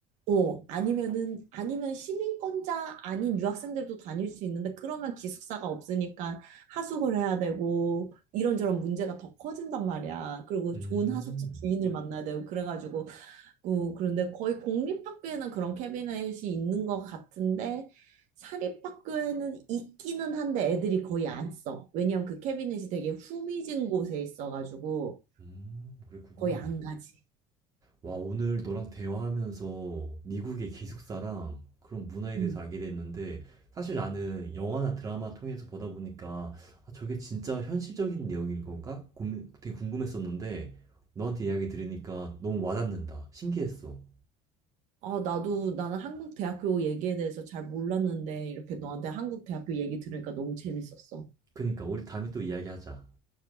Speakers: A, on the right; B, on the right.
A: 어, 아니면은, 아니면 시민권자 아닌 유학생들도 다닐 수 있는데 그러면 기숙사가 없으니까 하숙을 해야 되고 이런저런 문제가 더 커진단 말이야. 그리고
B: 음.
A: 좋은 하숙집 주인을 만나야 되고 그래가지고 고 그런데 거의 공립학교에는 그런 캐비넷이 있는 것 같은데 사립학교에는 있기는 한데 애들이 거의 안 써. 왜냐면 그 캐비넷이 되게 후미진 곳에 있어가지고
B: 음 그랬구나.
A: 거의 안 가지.
B: 와, 오늘 너랑 대화하면서 미국의 기숙사랑 그런 문화에
A: 음.
B: 대해서 알게 됐는데, 사실 나는 영화나 드라마 통해서 보다 보니까, 아, 저게 진짜 현실적인 내용일 건가? 고민- 되게 궁금했었는데, 너한테 이야기 들으니까 너무 와닿는다. 신기했어.
A: 아, 나도 나는 한국 대학교 얘기에 대해서 잘 몰랐는데 이렇게 너한테 한국 대학교 얘기 들으니까 너무 재밌었어.
B: 그니까, 우리 다음에 또 이야기하자.